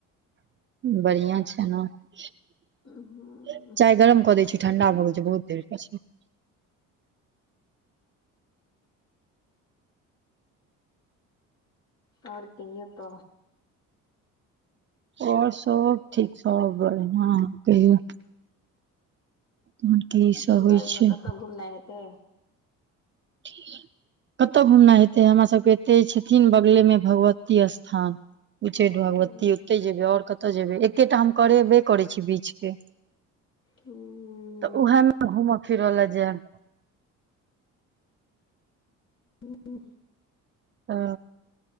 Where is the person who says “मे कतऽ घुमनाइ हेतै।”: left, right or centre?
Left